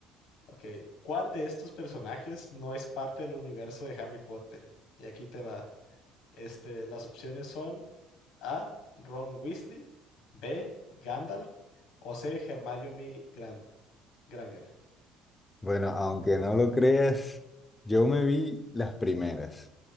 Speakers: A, on the left; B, on the left.
A: Ok, ¿cuál de estos personajes no es parte del universo de Harry Potter? Y aquí te va. Este, las opciones son A. Ron Weasley. B. Gandalf. O C. Hermione Gran Granger.
B: Bueno, aunque no lo creas, yo me vi las primeras,